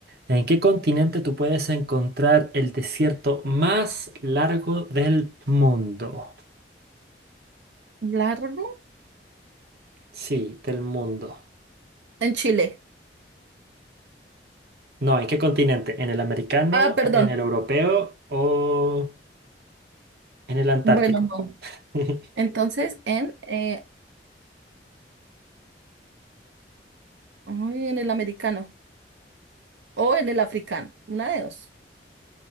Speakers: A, on the right; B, on the right.
A: ¿en qué continente tú puedes encontrar el desierto más largo del mundo?
B: Largo
A: Sí, del mundo.
B: en Chile.
A: No, ¿en qué continente? ¿En el americano,
B: Ah, perdón.
A: en el europeo o en el antártico?
B: Bueno, no.
A: <laughs>
B: Entonces, en, eh, ay, en el americano o en el africano. Una de dos.